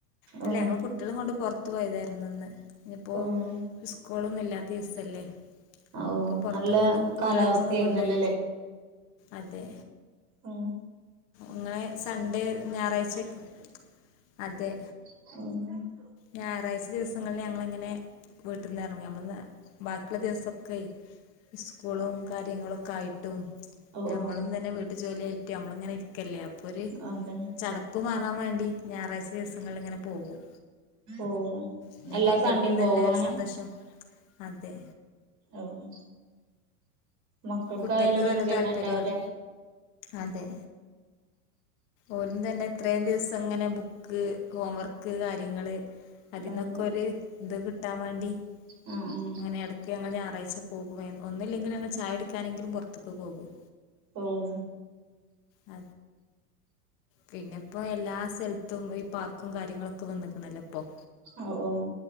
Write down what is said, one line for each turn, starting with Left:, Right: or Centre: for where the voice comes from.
Left: അല്ല
Right: ഓഹ്
Left: ഞങ്ങള് കുട്ട് കുട്ട്യാളി കൊണ്ട് പൊർത്ത് പോയതായ്രുന്നു ഇന്ന് ഇന്നുപ്പോ
Right: ഓഹ്
Left: സ്കൂളൊന്നും ഇല്ലാത്ത ദിവസല്ലേ
Right: ഓ
Left: ഇപ്പൊ പൊറത്തൊക്കെഒന്ന്
Right: നല്ല
Left: കുട്ട്യാളെ
Right: കാലാവസ്ഥയായിരുന്നല്ലോല്ലേ
Left: ഒക്കെന്ന് കൊണ്ടോയി അതെ
Right: ഓഹ്
Left: ഇങ്ങളെ സൺഡേ ഞായറാഴ്ച ഒക്കെ അതെ
Right: <unintelligible>
Left: ഞായറാഴ്ച ദിവസങ്ങളില് ഞങ്ങളങ്ങനെ വീട്ടിന്ന് എറങ്ങും നമ്മള് ന്ന ബാക്കിള്ള ദിവസൊക്കെയ് സ്കൂളും കാര്യങ്ങളൊക്കെ ആയിട്ടും
Right: ഓ ഓ
Left: ഞമ്മളും തന്നെ വീട്ടു ജോലിആയിറ്റ് അമ്മളങ്ങനെ ഇരിക്ക ഇരിക്കല്ലേ അപ്പൊ ഒരു
Right: അതെ
Left: ചടപ്പ് മാറാൻ വേണ്ടി ഞായറാഴ്ച ദിവസങ്ങൾല് ഇങ്ങനെ പോകും
Right: ഓഹ്
Left: പിന്നെ
Right: എല്ലാ
Left: കുട്ടികൾക്കും
Right: സണ്ടിം പോവോ
Left: തന്നെ
Right: അങ്ങനെ
Left: ഒരു സന്തോഷം അതെ
Right: ഓഹ് മക്കൾക്കായാലൊരു
Left: കുട്ടികൾക്ക് നല്ല
Right: എൻജോയ്മെന്റ്
Left: താല്പര്യവും
Right: ആവുല്ലെ
Left: അതെ ഓലും തന്നെ ഇത്രയും ദിവസങ്ങനെ ബുക്ക് കോവർക്ക് കാര്യങ്ങള് അതിനന്നൊക്കൊരു
Right: അതെ
Left: ഇത് കിട്ടാൻ വെണ്ടി
Right: ആഹ് ആഹ്
Left: അങ്ങനെ എട്ക്ക് ക്ക് ഞങ്ങൾ ഞായറാഴ്ച പോകും. എ ഒന്നില്ലെങ്കിൽ ഞങ്ങൾ ചായുടിക്കാനെങ്കിലും പൊറ്ത്ത്ക്ക് പോകും.
Right: ഓഹ്
Left: അ പിന്നെപ്പം എല്ലാ സെല്ത്തും ഈ പാർക്കും കാര്യങ്ങളൊക്കെ വന്ന്ക്കണല്ലൊപ്പം.
Right: ഒ ഓഹ്